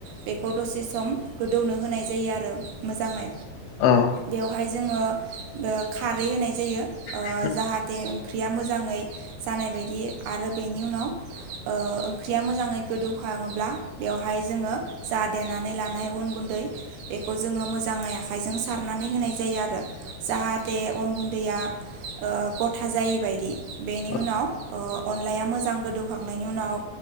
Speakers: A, on the right; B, on the left.
A: बेखौ दसे सम गोदौनो होनाय जायो आरो मोजाङै
B: औ औ
A: बेवहाय जोंङो खारै होनाय जायो
B: औ
A: जाहा थे ओंख्रिया मोजाङै जानाय बायदि आरो बेनि उनाव ओ ओंख्रिया मोजाङै गोदौखाङोब्ला बेवहाय जोंङो जा देनानै लानाय अन गुन्दै बेखौ जोंङो मोजाङै आखायजों सारनानै होनाय जायो आरो जाहाथे अन गुन्दैया गथा जायै बदि बेनि
B: औ
A: उनाव अनलाया मोजां गोदौखांनायनि उनाव